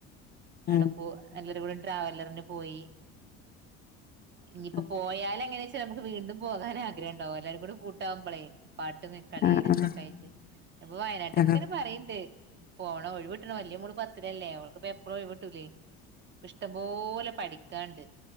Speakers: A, on the left; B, on the right.
A: ആഹ്
B: അടപോ എല്ലരും കൂടി ട്രാവലറിന് പോയി. ഇനിയിപ്പോ
A: ആഹ്
B: പോയാല അങ്ങനെച്ചാ നമുക്ക് വീണ്ടും പോകാൻ ആഗ്രഹം ഉണ്ടാവും എല്ലാവരും കൂടി കൂട്ടാകുമ്പോളേ പാട്ട് വെക്കല്
A: ആഹ്
B: രസൊക്കെ ആയിട്ട് ഇപ്പൊ വയനാട്ടക്ക്
A: ആഹ് ആഹ്
B: ഇങ്ങനെ പറയ്ണ്ട്. പോണം ഒഴിവിട്ടണമ ന്റെ മോള് പത്തില്ലേ ഓൾക്ക്പ എ എപ്പളും ഒഴിവ് കിട്ടൂലെ ഇഷ്ടംപോലെ പഠിക്കാണ്ട്,